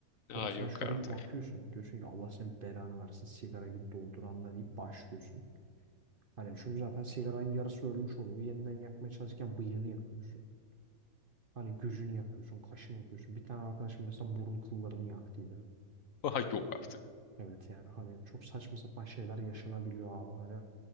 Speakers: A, on the left; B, on the right.
A: Aa
B: Sonra sen
A: yok
B: şöyle
A: artık.
B: bir bakıyorsun. Diyorsun ki Allah senin belanı versin sigara gibi dolduranla deyip başlıyorsun. Hani çünkü zaten sigaranın yarısı ölmüş oluyor. Yeniden yakmaya çalışırken bıyığını yakıyorsun. Hani gözünü yakıyorsun, kaşını yakıyorsun. Bir tane arkadaşım mesela burun kıllarını yaktıydı.
A: <laughs> Aha yok artık.
B: Evet yani hani çok saçma sapan şeyler yaşanabiliyor abi. Hani